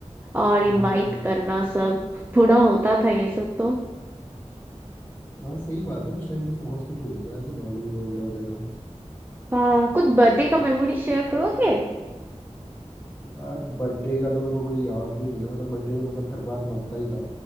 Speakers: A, on the right; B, on the left.
A: और
B: हाँ
A: इनवाइट करना सब पूरा होता था ये सब तो
B: हाँ सही बात है उस टाइम पे तो बहुत कुछ हो गया था ऐसे नॉर्मल वगैरह वगैरह
A: हाँ कुछ बर्थडे का मेमोरी शेयर करोगे
B: यार बर्थडे का तो मेरे को कोई याद भी नहीं है मतलब बर्थडे तो मतलब हर बार मनता ही था